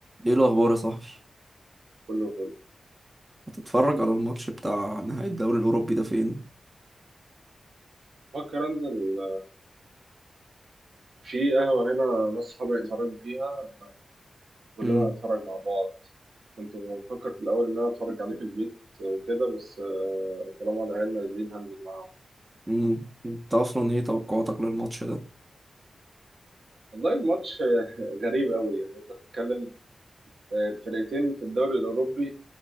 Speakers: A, on the right; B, on the right.
A: ايه الاخبار يا صاحبي
B: كله فل
A: هتتفرج على الماتش بتاع نهائي الدوري الاوروبي ده فين
B: فكر انزل في قهوة هنا ناس صحابي هيتفرجوا فيها كلنا
A: امم
B: هنتفرج مع بعض كنت بفكر في الأول إن أنا أتفرج عليه في البيت وكده بس آه، طالما العيال نازلين هنزل معاهم
A: امم انت اصلا ايه توقعاتك للماتش ده
B: والله الماتش آه، غريب أوي يعني أنت بتتكلم آه، الفرقتين في الدوري الأوروبي